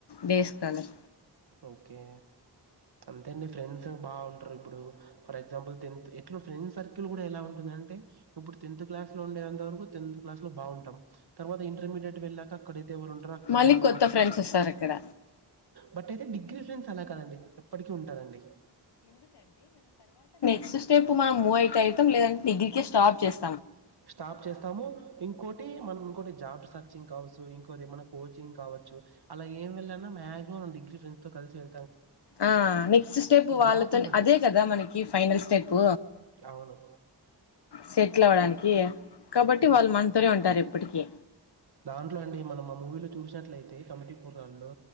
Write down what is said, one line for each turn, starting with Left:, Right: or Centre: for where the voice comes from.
Left: Day scholar
Right: okay. అంతే అండి ఫ్రెండ్సు. బాగుంటరు ఇప్పుడు, ఫర్ ఎగ్జాంపుల్ టెన్త్ ఎట్లు ఫ్రెండ్ సర్కిల్ లో కూడా ఎలా ఉంటుంది అంటే ఇప్పుడు టెన్త్ క్లాస్ లో ఉండేంత వరకు టెన్త్ క్లాస్ లో బాగుంటాం తర్వాత ఇంటర్మీడియట్ వెళ్ళాక అక్కడ ఎవరు ఉంటరు అక్కడ
Left: మళ్ళీ
Right: వాళ్లు
Left: కొత్త
Right: మాత్రమే..
Left: ఫ్రెండ్స్ వస్తారు అక్కడ
Right: బట్ ఐతే డిగ్రీ.. ఫ్రెండ్స్ అలా కాదండి ఎప్పటికి ఉంటారండి..
Left: క్స్ట్ స్టెప్ మనం మూవ్ అయితే అయితం ఐతం లేదంటే డిగ్రీ కె స్టాప్ చేస్తం.
Right: స్టాప్ చేస్తాము ఇంకోటి మనం ఇంకోటి జాబ్ సెర్చింగ్ కావచ్చు అది మన కోచింగ్ కావచ్చు అలా ఏం వెళ్ళాళ్ల మాక్సిమమ్ డిగ్రీ ఫ్రెండ్స్ తో కలిసి వె.
Left: ఆ నెక్స్ట్ స్టెప్ వాళ్ళతోని
Right: గ్యాప్ ఉండదు
Left: అదే కదా మనకి ఫైనల్ స్టేపు.
Right: అవును
Left: సె ట్లు అవడానికి కాబట్టి
Right: హ్మ్.
Left: వాళ్లు మనతోనే ఉంటారు ఎప్పటికీ.
Right: దాంట్లో అండి మనం మ మూవీలో చూసక్. అట్ల ఐతే కమిటీ పురాల్లో